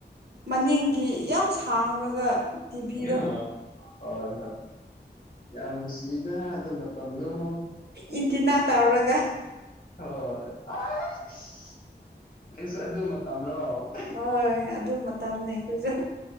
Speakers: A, on the right; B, on the left.
A: ꯃꯅꯤꯡꯒꯤ ꯌꯥꯝ ꯁꯥꯡꯔꯒ ꯇꯤꯚꯤꯗꯣ
B: ꯑꯥ ꯍꯣꯏ ꯍꯣꯏ ꯌꯥꯝ ꯅꯨꯡꯁꯤꯗ ꯑꯗꯨ ꯃꯇꯝꯗꫭ
A: ꯏꯟꯇꯤꯅꯥ ꯇꯧꯔꯒ
B: ꯍꯣꯏ ꯑꯁ ꯅꯪꯁꯨ ꯑꯗꯨ ꯃꯇꯝꯔꫭ
A: ꯍꯣꯏ ꯑꯗꯨ ꯃꯇꯝꯅꯦ ꯑꯩꯈꯣꯏꯁꯨ